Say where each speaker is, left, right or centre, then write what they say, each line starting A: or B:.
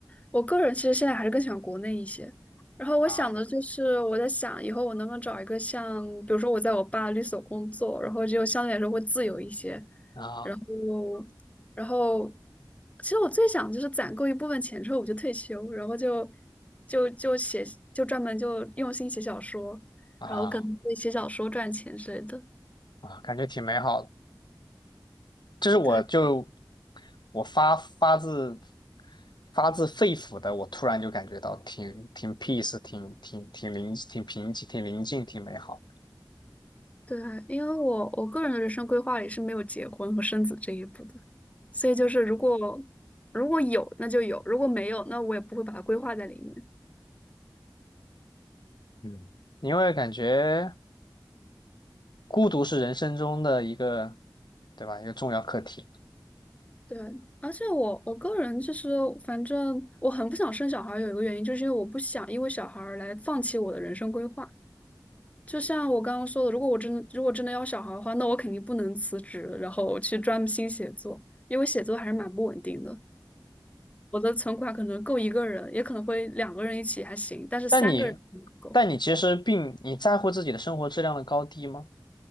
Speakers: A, on the left; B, on the left.
A: 我个人其实现在还是更喜欢国内一些。然后我想的就是，
B: 啊
A: 我在想以后我能不能找一个像，比如说我在我爸律所工作，然后就相对来说会自由一些。
B: 啊
A: 然后，然后，其实我最想就是攒够一部分钱之后我就退休，然后就就就写，就专门就用心写小说，
B: 啊
A: 然后可能会写小说赚钱之类的。
B: 啊！感觉挺美好的，这是我就
A: 对。
B: 我发发自发自肺腑的，我突然就感觉到挺挺 peace，挺挺挺宁挺平静，挺宁静，挺美好的。
A: 对啊，因为我我个人的人生规划里是没有结婚和生子这一步的，所以就是如果如果有那就有，如果没有那我也不会把它规划在里面。
B: 嗯，因为感觉孤独是人生中的一个，对吧？一个重要课题。
A: 对，而且我我个人就是反正我很不想生小孩儿，有一个原因就是因为我不想因为小孩儿来放弃我的人生规划。就像我刚刚说的，如果我真的如果真的要小孩儿的话，那我肯定不能辞职，然后去专心写作，因为写作还是蛮不稳定的。我的存款可能够一个人，也可能会两个人一起还行，但是三个人不够。
B: 但你，但你其实并你在乎自己的生活质量的高低吗？